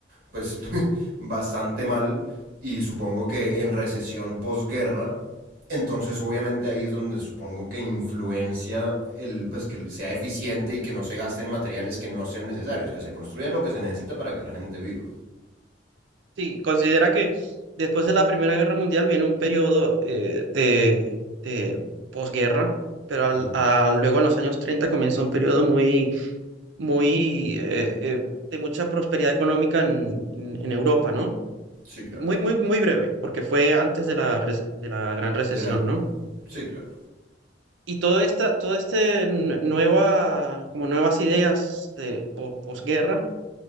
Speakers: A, on the right; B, on the right.
A: pues <laughs> bastante mal y supongo que en recesión posguerra, entonces obviamente ahí es donde supongo que influencia el pues que sea eficiente y que no se gasten materiales que no sean necesarios, que se construya lo que se necesita para que la gente viva.
B: Sí, considera que después de la Primera Guerra Mundial viene un periodo eh, de, de posguerra. Pero al-
A: Ujú.
B: a- luego en los años 30 comienza un periodo muy, muy eh, eh, de mucha prosperidad económica en, en en Europa, ¿no?
A: Sí, claro.
B: muy, muy, muy breve, porque fue antes de la, rec- de la gran recesión,
A: De la
B: ¿no?
A: sí, claro.
B: Y todo esta, todo este n- nueva, como nuevas ideas de po- posguerra